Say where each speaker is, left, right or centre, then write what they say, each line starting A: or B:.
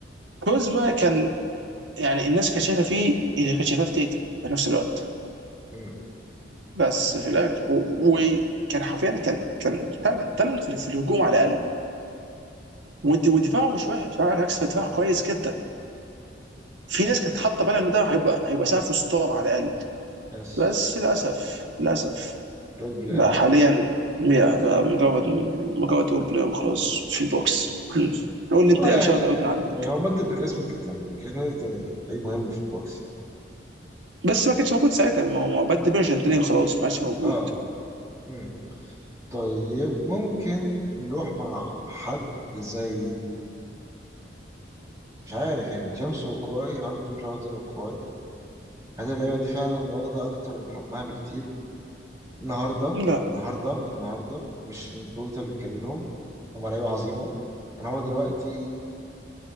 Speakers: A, on the right; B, on the right.
A: كوزما كان يعني الناس كانت شايفه فيه اللي كانت شايفاه في تيتم في نفس الوقت
B: مم.
A: بس في الاخر و- وكان حرفيا كان كان تالنت تالنت في في الهجوم على الاقل والد- ودفاعه مش وحش على العكس دفاعه كويس جدا في ناس كانت حاطه بالها ان ده هيبقى هيبقى سقفه
B: مم.
A: ستار على الاقل
B: يس
A: بس للاسف للاسف
B: رول بلاير
A: بقى حاليا يا- بقى مجرد مجرد رول بلاي وخلاص في البوكس هم. قول
B: والله
A: لي انت ايه
B: يعني
A: شوت اوت من عندك
B: يعني هو بدل بكريس ميدلتون كريس ميدلتون كان أي مهم في البوكس يعني
A: بس ما كانش موجود ساعتها ما هو ما هو بد بيرش خلاص ما عادش موجود
B: اه امم طيب ممكن نروح مع حد زي مش عارف يعني جيمس وكواي هاردن مش هاردن وكواي هذه اللعيبة دي فعلا واخدة أكتر من حجمها بكتير النهاردة
A: لا
B: النهاردة النهاردة مش ان توتال كاريرهم هما لعيبة عظيمة كان هما دلوقتي